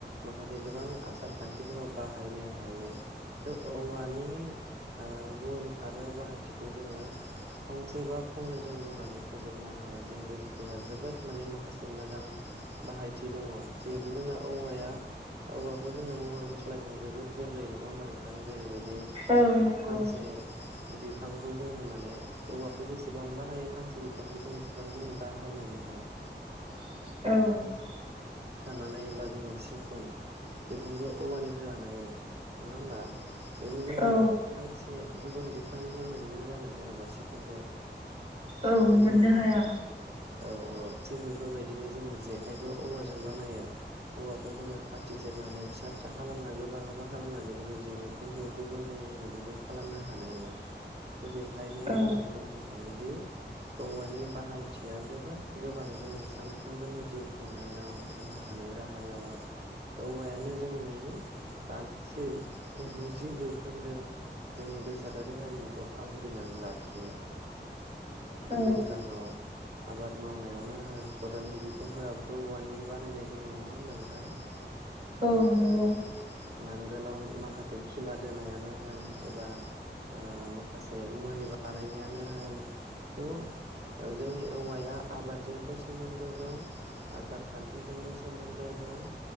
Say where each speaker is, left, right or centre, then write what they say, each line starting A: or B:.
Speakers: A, on the right; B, on the right.
A: माखासे गोबां आसार खान्थिफोराव बाहायनो हायो। थ' औवानि ओ गुन आरो बाहायथिखौ जोङो फंसे बा फंनैजों बुंनानै फोजोबनो हाया जिहेतु बेहा जोबोद माने माखासे मोजां बाहायथि दङ जिहेथु जोंना औवाया औवाखौ जोङो महर गुस्लाय होनो जोबोद गोरलै नङा होमबा नोंथां जेरैबायदि
B: औ नंगौ
A: फांसे बिफांखौ जोङो माने औवाखौ जेसेबां बाहायो फांसे बिफांखौ जों बेसेबांखिनि बाहायनोनो हाया।
B: औ
A: साना नायोब्ला‌ जोङो सिफुं बेखौबो जों औवानिफ्राय बानायो बेखौ जोङो
B: औ
A: फांसे गुबुन बिफांनिफ्राय मोनगोन जानो जेन'बा सिफुंखौ
B: औ
A: मोननाय
B: मोननो
A: नङा ने
B: हाया
A: औ औ थिग बेफोरबायदिनो जोङो जेखायखौ औवा जों बानायो। औवाखौ जोङो खाथि जिरनानै फिसा फिसा खालामनानै गोबा गोबा खालामनानै बेखौ जिरो। खिन्थु गुबुन‌ जोङो बेखौ खालामनो हानाय नङा।
B: <inaudible>
A: त' बेखायनो
B: औ
A: जोङो बुंनो हायोदि औवानि बाहायथिया जोबोद गोबां जोंनि सानफ्रोमबोनि जिउ खुंनायाव थांना थानाय राहायाव औवायानो जोंनि बांसिन गुजि जौखोन्दो जोंनि बेसादारि हारिमुखौ आवग्रिनानै लाखियो।
B: औ
A: दैज्लाङाव आबाद मावनायावनो हाल खदालनि बिखुंफोराबोथ' औवानि बानायनाय जोंनिया नङा होमा नोंथां
B: औ
A: बेनिफ्राय
B: नंगौ
A: नांगोलाव माखासे खिला दोनायानो होन एबा। ओ माखासे मै बानायनायानो होन थ'। जोंनि औवाया आबादजोंबो सोमोन्दो दं आसार खान्थिजोंबो सोमोन्दो दं।